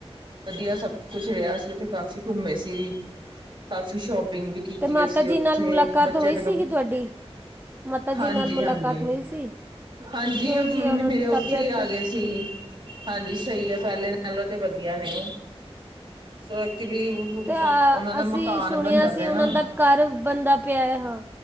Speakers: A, on the right (about 50°); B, on the right (about 20°).
A: ਵਧੀਆ ਸਭ। ਕੁਝ ਰਿਆਸ ਜਿੱਥੇ, ਕਾਫ਼ੀ ਘੁੰਮੇ ਸੀ। ਕਾਫੀ ਸ਼ੋਪਿੰਗ ਵੀ, ਕੀਤੀ
B: ਤੇ ਮਾਤਾ
A: ਅਸੀਂ ਉੱਥੇ,
B: ਜੀ ਨਾਲ ਮੁਲਾਕਾਤ
A: ਬੱਚਿਆਂ
B: ਹੋਈ
A: ਦੇ
B: ਸੀਗੀ ਤੁਹਾਡੀ ਮਾਤਾ ਜੀ
A: ਹਾਂਜੀ-ਹਾਂਜੀ,
B: ਨਾਲ ਮੁਲਾਕਾਤ ਹੋਈ ਸੀ
A: ਹਾਂਜੀ
B: ਕਿਉਂ ਜੀ
A: ਮੰਮੀ
B: ਉਹਨਾਂ
A: ਮੇਰੇ
B: ਦੀ
A: ਉੱਥੇ
B: ਤਬੀਅਤ
A: ਈ, ਆ ਗਏ ਸੀ ਜੀ, ਹਾਂਜੀ, ਸਹੀ ਆ। ਪਹਿਲੇ ਨਾਲੋਂ ਤੇ, ਵਧੀਆ ਨੇ ਓ। ਸੋ ਐਕਚੁਲੀ ਮ,
B: ਤੇ
A: ਉਹਨਾ ਦਾ
B: ਅਸੀਂ
A: ਮਕਾਨ,
B: ਸੁਣਿਆ
A: ਬਣਦਾ
B: ਸੀ
A: ਪਿਆ
B: ਉਹਨਾਂ
A: ਨਾ।
B: ਦਾ ਘਰ ਬਣਦਾ, ਪਿਆ ਏ ਹਾਂ।